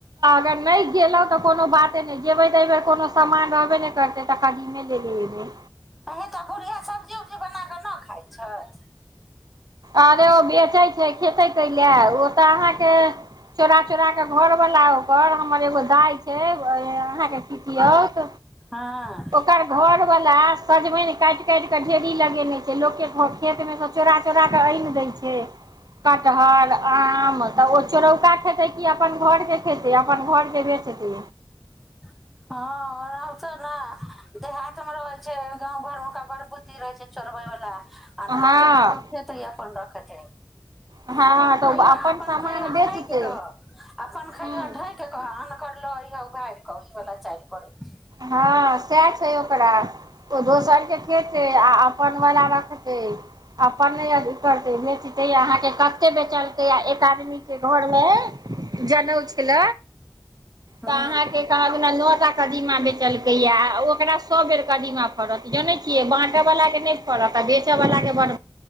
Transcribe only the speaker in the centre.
अी तऽ बुढ़हिए सब्जी उब्जी बना कऽ नहि खाइत छथि
हँ
हँ त ने देहात मे रहै छै गाँव घर मे क बड़ बुत्ती रहे छै छोड़बे वाल अनक
चोराक खेतय अपन रखतै
अपन
खैहऽ अपन
खैहे
ढकि कऽ अपन खैहऽ
ढक अऽन करल अयह उघारि कए उ वला चाइल करय छै
हँ